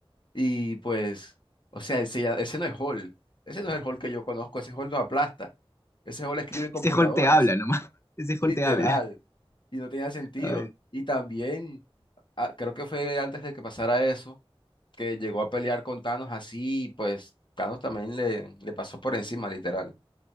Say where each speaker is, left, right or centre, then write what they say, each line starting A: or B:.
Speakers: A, on the left (about 55°); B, on the left (about 25°).
A: Y pues, o sea, ese, ya- ese no es Hulk, ese no es el Hulk que yo conozco, ese Hulk no aplasta, ese Hulk escribe en computadoras,
B: Este Hulk te habla nomás. <laughs> Ese
A: <laughs>
B: Hulk
A: literal,
B: te habla.
A: y no tenía sentido.
B: Ay,
A: Y también, ah, creo que fue antes de que pasara eso que llegó a pelear con Thanos así, y pues Thanos también le, le pasó por encima, literal.